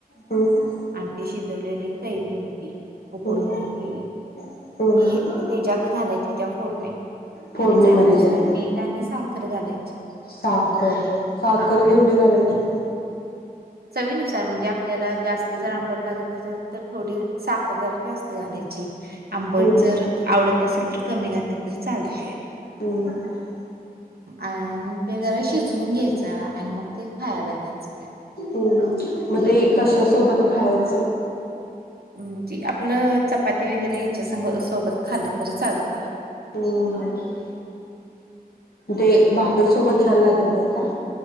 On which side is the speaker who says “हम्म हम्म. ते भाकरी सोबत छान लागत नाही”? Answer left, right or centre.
Left